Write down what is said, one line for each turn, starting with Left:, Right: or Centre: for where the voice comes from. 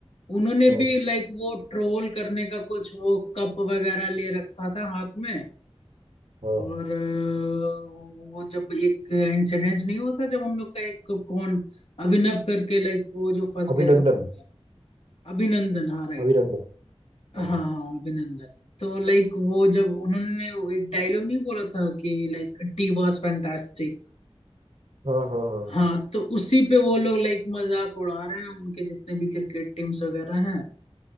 Left: उन्होंने
Right: हाँ
Left: भी लाइक वो ट्रोल करने का कुछ वो कप वगैरह ले रखा था हाथ में
Right: हाँ
Left: और अ, वो जब एक इंसिडेंस नहीं होता जब हम लोग का एक कौन अभिनव करके लाइक वो जो फंस
Right: अभिनंदन
Left: गए थे वहां पे अभिनंदन हाँ राइट
Right: अभिनंदन
Left: हाँ
Right: हाँ
Left: हाँ अभिनंदन तो लाइक वो जब उन्होंने वो एक डायलॉग नहीं बोला था कि लाइक टी वॉज फैंटास्टिक
Right: हाँ हाँ हाँ
Left: हाँ तो उसी पे वो लोग लाइक मजाक उड़ा रहे हैं उनके जितने भी क्रिकेट टीम्स वगैरह हैं